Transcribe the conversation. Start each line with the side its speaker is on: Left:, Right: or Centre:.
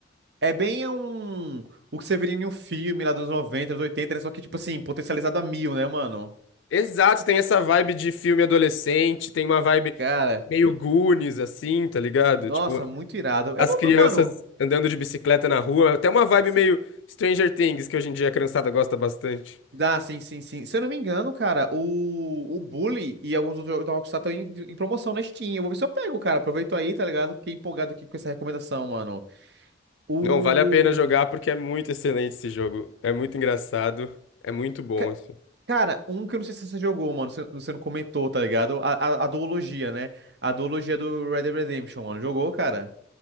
Right: É bem um. O que você veria em um filme lá dos anos 90, anos 80, né? só que, tipo assim, potencializado a mil, né, mano?
Left: Exato, tem essa vibe de filme adolescente, tem uma vibe
Right: Cara,
Left: meio Goonies, assim, tá ligado?
Right: nossa,
Left: Tipo,
Right: muito irado.
Left: as
Right: Eu, vou-
Left: crianças
Right: mano,
Left: andando de bicicleta na rua. Até uma vibe
Right: se...
Left: meio Stranger Things, que hoje em dia a criançada gosta bastante.
Right: dá, sim, sim, sim. Se eu não me engano, cara, o, o Bully e alguns outros jogos da Rockstar estão em... em promoção na Steam. Eu vou ver se eu pego, cara. Aproveito aí, tá ligado? Fiquei empolgado aqui com essa recomendação, mano. O.
Left: Não, vale a pena jogar porque é muito excelente esse jogo. É muito engraçado, é muito bom,
Right: ca-
Left: assim.
Right: Cara, um que eu não sei se você jogou, mano, você você não comentou, tá ligado? A, a, a duologia, né? A duologia do Red Dead Redemption, mano. Jogou, cara?